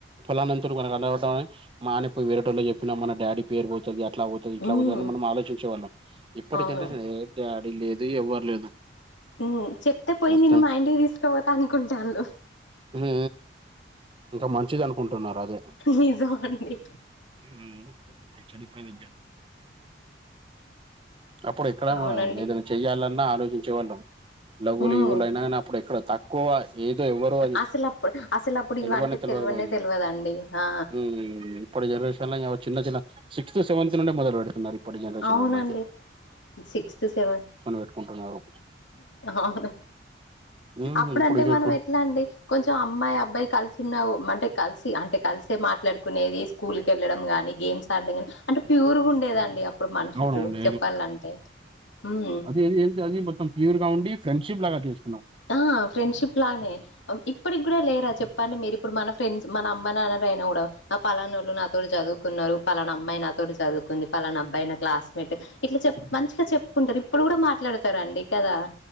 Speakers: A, on the right; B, on the left.
A: ఫొలానంతరూనక అలా <inaudible> మానే పోయి వేరే టోళ్ళు చెప్పినా మన డాడీ పేరు పోతది అట్లా పోతది ఇట్లా
B: ఉమ్
A: పోతది అని మనం ఆలోచించేవాళ్ళం ఇప్పటి
B: అవును
A: జనరేషన్ ఏ డాడి లేదు ఎవ్వర్ లేదు
B: హ్మ్ చెప్తే పోయి
A: మొత్తం
B: నేను మా ఇం సోతన్కుంటాండు
A: ఉఉ ఇంకా మంచిదనుకుంటున్నారదే
B: నిజం అండి
A: హ్మ్ చెడిపే వెజ అప్పుడు ఎక్కడ
B: అవునండి
A: ఏదన్న చెయ్యాలన్నా ఆలోచించేవాళ్ళం లవ్వులు
B: ఉమ్
A: గివ్వులైన నప్పుడు ఇక్కడ తక్కువ ఏదో ఎవ్వరు అది
B: అసలు అప్పుడు అసలు అప్పుడు
A: తెలుగు
B: ఇవంటే
A: వాళ్ళే తెల్వక
B: తెల్వనే
A: పోయే నేను
B: తెల్వదండి ఆ
A: హ్మ్ <inaudible> ఇప్పుడు జనరేషన్ లో యావ చిన్న చిన్న సిక్స్త్ సెవెంత్ లోనే మొదలు పెడుతున్నారు ఇప్పటి జనరేషన్
B: అవునండి
A: వాల్లయితే
B: సిక్స్త్ సెవెన్
A: పెట్టుకుంటున్నారు
B: అవును
A: ఉమ్
B: అప్పుడంటే
A: ఇప్పుడు
B: మనం ఎట్లా అండి కొంచెం అమ్మాయ్ అబ్బాయ్ కల్ సున్నావు అంటే కలిసి అంటే కలిసే మాట్లాడుకునేవి స్కూల్ కెళ్ళడం గాని గేమ్స్ ఆడ్డం గాని అంటే ప్యూర్ గుండేదండి అప్ ప్పుడు మన్ షులు
A: అవునవును
B: చెప్పాలంటే హ్మ్
A: ఏది ఏంటది మొత్తం ప్యూర్ గా ఉండి ఫ్రెండ్షిప్ లాగా తీస్
B: ఆ ఫ్రెండ్షిప్ లానే ఇప్పటిక్ క్కూడా లేరా చెప్ చెప్పండి మీరుప్పుడు మన ఫ్రెండ్స్ మన అమ్మ నాన్నలయినా కూడా నా పలానాళ్ళు నాతో చదువుకున్నారు పాలనమ్మాయి నాతోటి చదువ్ కుంది పలానా అబ్బాయి న క్లాస్మేట్ ఇట్లా చెప్ మంచిగా చెప్ కుంటారు ఇప్పుడు కూడా మాట్లాడతారండి కదా